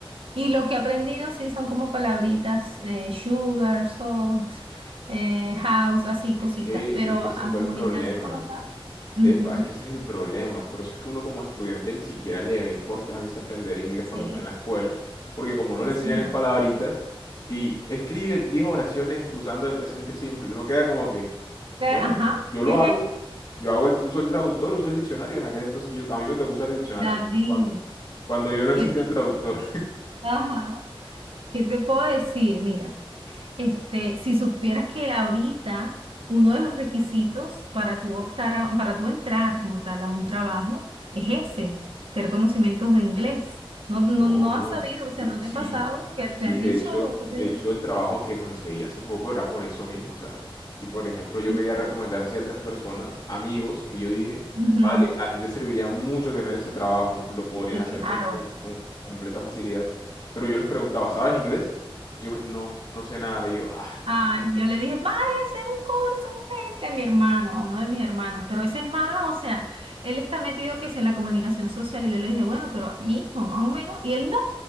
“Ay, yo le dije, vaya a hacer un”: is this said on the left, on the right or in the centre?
Right